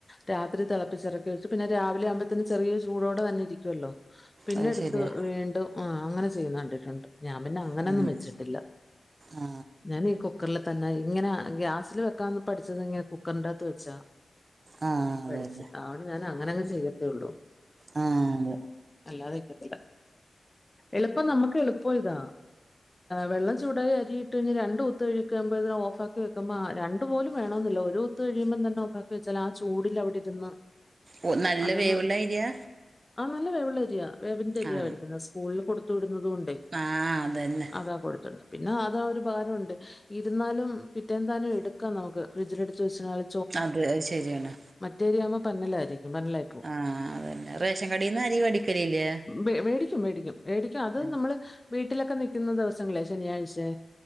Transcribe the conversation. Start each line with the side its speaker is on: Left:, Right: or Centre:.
Left: രാത്രി തെളപ്പിച്ചെറക്കി വെ പിന്നെ രാവിലെ ആവുമ്പോത്തിന് ചെറിയൊരു ചൂടോടെ തന്നെ ഇരിക്കുവല്ലോ പിന്നെ
Right: അത്
Left: എടുത്ത്
Right: ശരിയാ.
Left: വീണ്ടും ആഹ് അങ്ങനെ ചെയ്യുന്ന കണ്ടിട്ടുണ്ട് ഞാൻ പിന്നെ അങ്ങനൊന്നും
Right: ഉം
Left: വെച്ചിട്ടില്ല
Right: ആ
Left: ഞാനീ കു ക്കറില് തന്നാ ഇങ്ങനെ ഗ്യാസില് വെക്കാൻ പഠിച്ചത് ഇങ്ങെ കുക്കറിന്റകത്ത് വെച്ചാ
Right: ആ
Left: പഠിച്ച്
Right: അതന്നെ.
Left: ആണ് ഞാനങ്ങനെ അങ്ങ് ചെയ്യത്തേ ഒള്ളു
Right: ആഹ് അതെ
Left: അല്ലാതെക്കത്തില്ല എളുപ്പം നമ്മുക്ക് എളുപ്പ ഇതാ വെള്ളം ചൂടായി അരിയിട്ട് കഴിഞ്ഞാ രണ്ട് കുത്ത് ഒഴിക്കുമ്പോ ഇതിനെ ഓഫാക്കി വെക്കുമ്പ രണ്ട് പോലും വേ കിട്ടണമെന്നില്ല, ഒരു കുത്ത് കഴിയുമ്പോ തന്നെ ഓഫാക്കിവെച്ചാൽ ആഹ് ചൂടില് അവിടെ ഇരുന്നു.
Right: ഓ നല്ല
Left: അതങ്ങ്
Right: വേവുള്ള അരിയാ?
Left: ആഹ് നല്ല വേവുള്ള അരിയാ, വേവിന്റെ അരിയാ
Right: ആ
Left: മേടിക്കുന്നേ സ്കൂളില് കൊടു ത്തുട്ന്നത് കൊണ്ടേ.
Right: ആ അതന്നെ.
Left: അതാ കൊടുത്തുണ്ട് പിന്നെ അതാ ഒരു ഭാരുണ്ട് ഇരുന്നാലും പിറ്റേന്നത്തായാലും എടുക്കാം നമുക്ക് ഫ്രിഡ്ജിലെട്ത്ത് വെച്ചാല്
Right: അതെ അയ്ശരിയാണ്
Left: മറ്റേ അരിയാവുമ്പോ പന്നലായിരിക്കും, പന്നലായിരിക്കും.
Right: ആഹ് അതന്നെ. റേഷൻ കടേന്ന് അരി വേടിക്കലില്ലേ
Left: വേ വേടിക്കും വേടിക്കും വേടിക്കും അത്
Right: ആ
Left: നമ്മള് വീട്ടിലൊക്കെ നിക്കുന്ന ദിവസങ്ങളേ ശനിയാഴ്ചെ